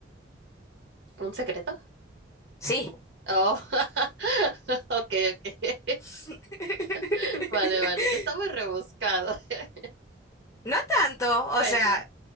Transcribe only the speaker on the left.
Sí.
<laughs>
No tanto, o
sea,